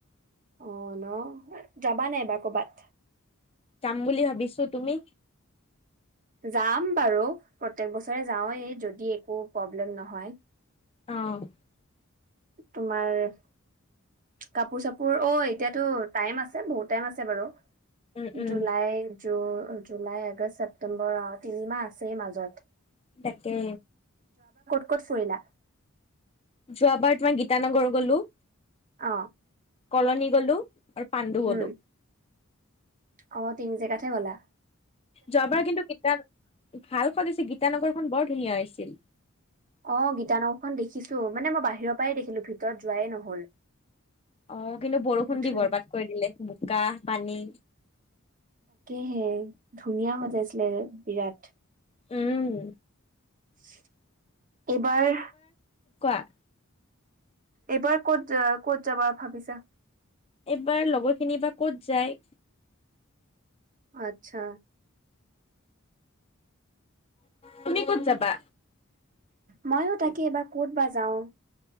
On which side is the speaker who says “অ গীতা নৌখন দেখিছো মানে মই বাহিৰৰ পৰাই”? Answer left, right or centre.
Right